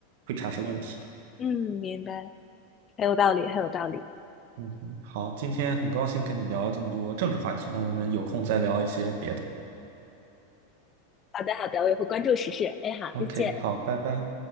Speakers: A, on the right (about 65°); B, on the left (about 25°).
A: 会产生问题的。
B: 嗯，明白，很有道理，很有道理。
A: 嗯哼，好，今天很高兴跟你聊这么多政治话题，那我们有空再聊一些别的。
B: 好的，好的，我也会关注时事。哎，好，
A: OK，
B: 再见。
A: 好，拜拜。